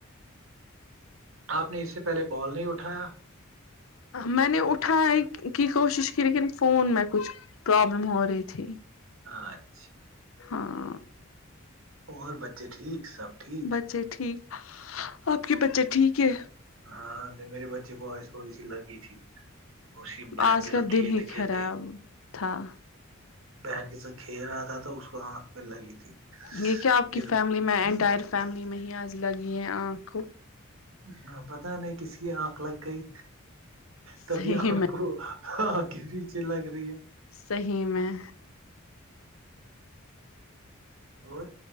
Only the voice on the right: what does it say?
آپ نے اس سے پہلے کال نہیں اٹھایا
اچھا
اور بچے ٹھیک سب ٹھیک
ہاں نہیں میرے بچے کو آسوڑی سی لگی تھی اسی بہن
کے
ساتھ
کھیلتے
کھیلتے
بہن کے ساتھ کھیر رہا تھا تو اس کو آنکھ پ لگی تھی
پھر
ہاں پتا نہیں کسی کی آنکھ لگ گئی تبھی
آنکھ
کو ہاں کے پیچے لگ رہی ہے
اور